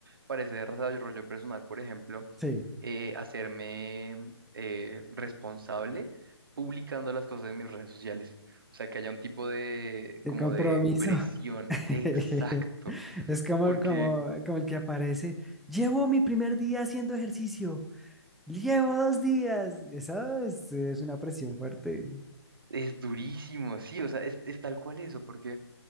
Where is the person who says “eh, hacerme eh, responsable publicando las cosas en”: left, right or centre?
Right